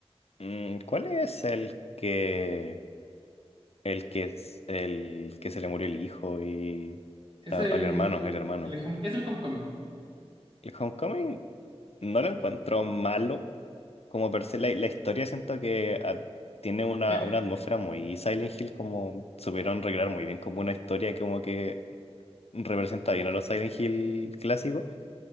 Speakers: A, on the left (about 70°); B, on the right (about 50°).
A: Mm, ¿cuál es el que el que es el que se le murió el hijo y
B: Es
A: al
B: el,
A: hermano, el hermano?
B: el home- es el Homecoming.
A: El Homecoming no lo encuentro malo como per se la, la historia siento que ah, tiene una,
B: Eh,
A: una atmósfera muy Silent Hill, como supieron recrear muy bien como una historia que como que representa bien a los Silent Hill clásicos,